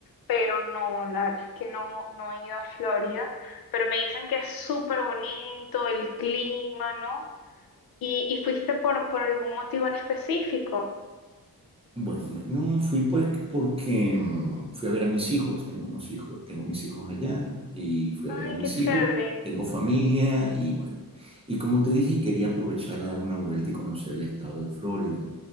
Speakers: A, on the left; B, on the right.
A: pero no, la verdad es que no, no he ido a Florida, pero me dicen que es súper bonito el clima, ¿no? ¿Y, y fuiste por, por algún motivo en específico?
B: Bueno, me- no fui pues porque mm, fui a ver a mis hijos, tengo unos hijos, tengo mis hijos allá y fui
A: Ay,
B: a ver a mis
A: qué chévere.
B: hijos, tengo familia y bueno, y como te dije, quería aprovechar a dar una vuelta y conocer el estado de Florida.